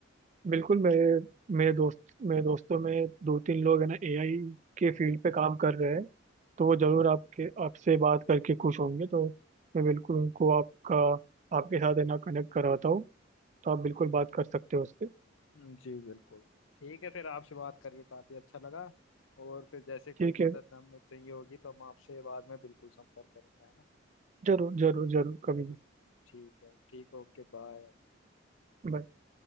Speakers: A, on the right; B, on the left.
A: बिल्कुल मेरे मेरे दोस्त मेरे दोस्तों में दो तीन लोग है ना एआई के फील्ड पे काम कर रहे हैं तो वो जरूर आपके आपसे बात करके खुश होंगे तो मैं बिल्कुल उनको आपका आपके साथ है ना कनेक्ट करवाता हूँ तो आप बिल्कुल बात कर सकते हो उससे
B: हम्म, जी बिल्कुल ठीक है फिर आपसे बात करके काफी अच्छा लगा और फिर जैसे कोई
A: ठीक
B: मदद
A: है
B: हमें चाहिए होगी तो हम आपसे बाद में बिल्कुल संपर्क करेंगे है ना
A: जरूर जरूर जरूर कभी भी
B: ठीक है ठीक ओके बाय
A: Bye.